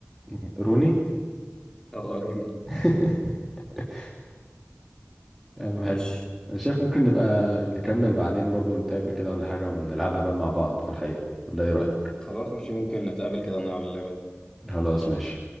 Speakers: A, in the centre; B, on the left.
A: مين؟ روني
B: <laughs> اه روني
A: <laughs> أم
B: ماشي
A: حلو انا شايف ممكن نبقى نكمل بعدين برضو نتقابل كده ولا حاجة ونلعبها بقى مع بعض في الحقيقة ولا ايه رأيك
B: خلاص مش ممكن نتقابل كده ونلعب اللعبة دي
A: خلاص ماشي